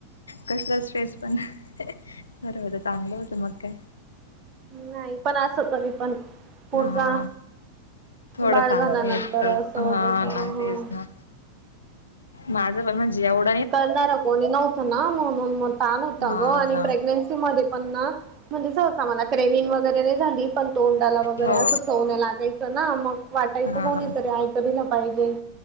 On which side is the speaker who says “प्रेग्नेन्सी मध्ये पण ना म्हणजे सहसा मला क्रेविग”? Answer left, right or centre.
Right